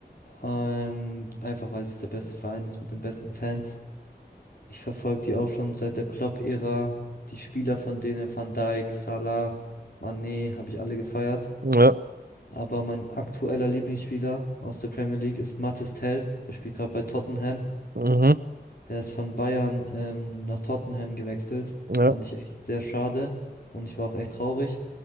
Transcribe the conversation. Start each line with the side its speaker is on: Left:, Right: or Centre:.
Left: Ähm, einfach weil es der beste Verein ist mit den besten Fans. Ich verfolge die auch schon seit der Klopp-Ära. Die Spieler von denen, Van Dijk, Salah, Mané, habe ich alle gefeiert.
Right: Ja.
Left: Aber mein aktueller Lieblingsspieler aus der Premier League ist Mathys Tell. Der spielt gerade bei Tottenham.
Right: Mhm.
Left: Der ist von Bayern ähm, nach Tottenham gewechselt.
Right: Ja.
Left: Fand ich echt sehr schade. Und ich war auch echt traurig.